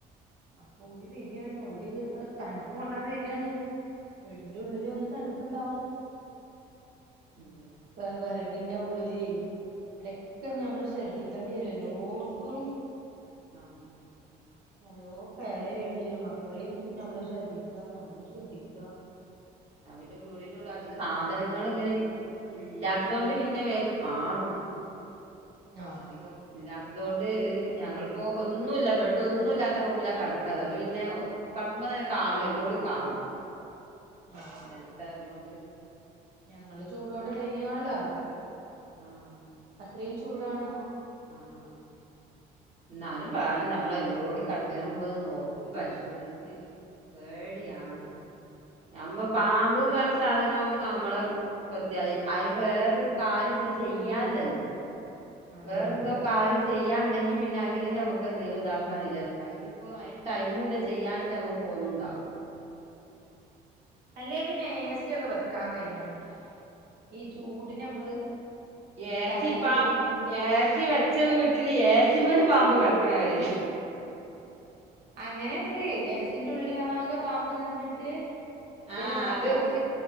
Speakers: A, on the right (about 75°); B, on the right (about 40°).
A: അപ്പൊ ഓൽ വരിയാണ് ഓൽ തണുപ്പൂ കൊള്ളാൻ വരിയാണ് വീടിന്റെ ഉള്ളില് വന്ന് തണുപ്പുണ്ടാവും
B: അതെ
A: വെ വെറകിന്റെ ഉള്ളില് അവിടൊക്കെ ഞമ്മള് ശ്രദ്ധിക്കേണ്ടി വരും എല്ലോട്ത്തും
B: ആഹ്
A: നല്ലോം കെയറെയ്യേണ്ടി വരും മക്കളെയും നമ്മള് ശ്രദ്ധിക്കുക നമ്മളും ശ്രദ്ധിക്കുക
B: ഞാൻ പിന്നെ വീടിനുള്ളിൽ അധികം സാധനങ്ങൾ ഇങ്ങനെ ഇല്ലാത്തത് കൊണ്ട് പിന്നെ വേഗം കാണും
A: ആഹ്
B: അധികം ഇല്ലാത്തത് കൊണ്ട് ഒരു ഞങ്ങളിപ്പോ ഒന്നുമില്ല ബെഡ് ഒന്നുല്ലാത്ത റൂമിലാ കിടക്കണത് അതോണ്ട് പിന്നെ കടക്കുമ്പോ തന്നെ കാണും എല്ലോടും കാണും
A: ആഹ്
B: നൽത്തായതുകൊണ്ട്
A: ഞങ്ങള് ചൂടോണ്ട് ഡൈനിങ് ഹാളിലാ കിടക്കല്
B: ആഹ്
A: അത്രയും ചൂടാണ്
B: ആഹ് ആഹ് എന്നാലും വേണം നമ്മളെല്ലോടിം കടക്കണ മുമ്പ് നോക്കി പരിശോധിച്ച് പേടിയാണ്
A: അതന്നെ
B: നമ്മ
A: ഉം
B: പാമ്പ്ന്ന് പറഞ്ഞ സാധനം നമ്മളെ കൊത്തിയാല് അയ്ന് വേറൊരു കാര്യം പിന്നെ ചെയ്യാൻല്ലല്ലോ
A: അതന്നെ
B: വേറെ എന്തോ കാര്യം ചെയ്യാണ്ടെങ്കിൽ പിന്നെ അങ്ങനെലും നമുക്ക് എന്തേലും ഇതാക്കാന്ന് വിചാരിച് പക്ഷ ഇതിപ്പോ അതിന് ടൈമുല്ല ചെയ്യാനായിട്ട് നമക്ക് ഓലും ഉണ്ടാവില്ല
A: അല്ലെ പിന്നെ ഏ സിയൊക്കെ വെക്കാൻ കഴിയണം ഈ ചൂടിന് നമ്മള്
B: ഏ
A: തരണം
B: സി പ്പൊ
A: ചെയ്യണെങ്കില്
B: ഏ സി വെച്ച വീട്ടില് ഏ സി മല് പാമ്പ് കിടക്കണവരെ
A: അങ്ങനെണ്ട് ഏ സിന്റെ ഉള്ളിലാകെ പാമ്പ് നിറഞ്ഞിട്ട്
B: ആഹ്
A: ല്
B: അത്
A: ഒച്ച